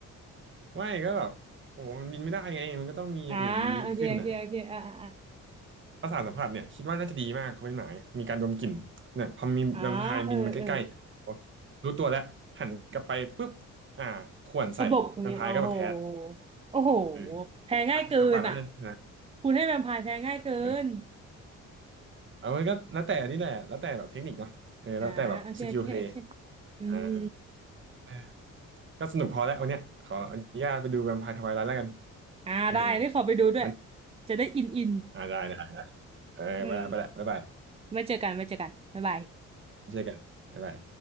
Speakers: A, on the right; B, on the right.
A: ไม่ก็แบบโอ้โหมันบินไม่ได้ไงมันก็ต้องมีอย่างอื่นดีขึ้นน่ะ
B: อ่าโอเคโอเคโอเคอ่าอ่า
A: ประสาทสัมผัสเนี่ยคิดว่าน่าจะดีมากเขาะเป็นหมาไงมีการดมกลิ่นเนี่ยพอมีแวมไพร์บินมาใกล้ๆเนี่ยโอ๊ะรู้ตัวแล้วหันกลับไปปุ๊บอ่าข่วนใส่แวมไพร์ก็แบบแพ้
B: อ่าอ่าเออเออตะบกเนี่ยโอ้โหโอ้โห
A: เออ
B: แพ้ง่ายเกินอ่ะ
A: ขาป่าน่าจะชนะ
B: คุณให้แวมไพร์แพ้ง่ายเกิน
A: เออเอามันก็แล้วแต่นี่แหละแล้วแต่แบบเทคนิคเนาะเออแล้วแต่แบบสกิลเพลย์
B: อ่าโอเคโอเคโอเคอืม
A: อ่าเออก็สนุกพอแล้ววันเนี้ยขออนุญาตไปดูแวมไพร์ทวายไลท์แล้วกัน
B: อ่าได้ได้ขอไปดูด้วย
A: เออมัน
B: จะได้อินอิน
A: อ่าได้ได้เออไปละไปละบ๊ายบาย
B: อืมไว้เจอกันไว้เจอกันบ๊ายบาย
A: เจอกันบ๊ายบาย